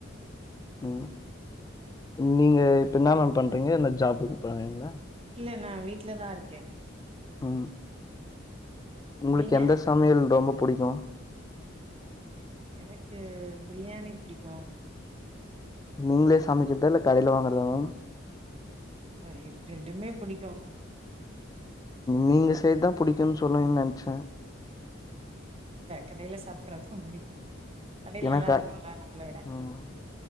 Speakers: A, on the left; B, on the right.
A: ம் நீங்க
B: ஓகே
A: ப்ப என்ன மேம் பண்றீங்க ந்த ஜாப் பங்களா
B: ல்ல நா வீட்டு்லதா இருக்கே
A: ம் உங்களுக்கு
B: நீங்க
A: எந்த சமையல் ரொம்ப புடிக்கு
B: எனக்கு பிரியாணி புடிக்கு
A: நீங்களே சமைக்கிறதா ல்ல கடையில வாங்றதா மேம்
B: ல்ல ரெண்டுமே பிடிக்கு
A: நீங்க செய்ரதுதா புடிக்குனு சொல்வீங்கனு நெனச்சே
B: கடயில சாப்புறத்துக்கும் புடிக்கு கடையில
A: எனக்கா
B: நல்லா இருக்குல்ல நம்மள விட
A: ம்